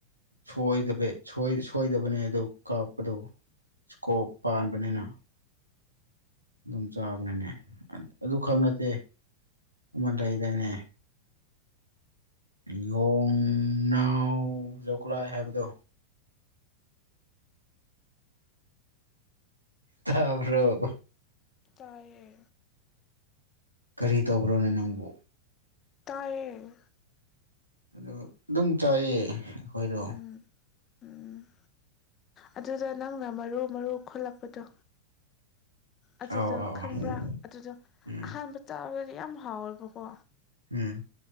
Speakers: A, on the right; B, on the left.
A: ꯁꯣꯏꯗꯕꯦ ꯁꯣꯏ- ꯁꯣꯏꯗꯕꯅꯦ ꯑꯗꯨ ꯀꯥꯞꯄꯗꯣ ꯏ꯭ꯁꯀꯣꯞ ꯄꯥꯟꯕꯅꯤꯅ ꯑꯗꯨꯝ ꯆꯥꯕꯅꯦꯅꯦ <unintelligible> ꯑꯗꯨ ꯈꯛ ꯅꯠꯇꯦ ꯎꯃꯟꯗꯩꯗꯥꯏꯅꯦ ꯌꯣꯡꯅꯥꯎ ꯖꯧꯈꯂꯥꯏ ꯍꯥꯏꯕꯗꯣ ꯊꯕ꯭ꯔꯣ
B: ꯇꯥꯏꯌꯦ
A: ꯀꯔꯤ ꯇꯧꯕ꯭ꯔꯣꯅꯦ ꯅꯪꯕꯨ
B: ꯇꯥꯏꯌꯦꯡ
A: ꯑꯗꯨ ꯑꯗꯨꯝ ꯆꯥꯏꯌꯦ ꯑꯩꯈꯣꯏꯗꯣ
B: ꯎꯝ ꯎꯝ ꯑꯗꯨꯗ ꯅꯪꯅ ꯃꯔꯨ ꯃꯔꯨ ꯈꯣꯠꯂꯛꯄꯗꯣ ꯑꯗꯨꯗꯣ
A: ꯑꯧ ꯑꯧ
B: ꯈꯪꯕ꯭ꯔꯥ
A: ꯑꯧ
B: ꯑꯗꯨꯗꯣ
A: ꯎꯝ
B: ꯑꯍꯥꯟꯕ ꯆꯥꯔꯒꯗꯤ ꯌꯥꯝ ꯍꯥꯎꯋꯦꯕꯀꯣ
A: ꯎꯝ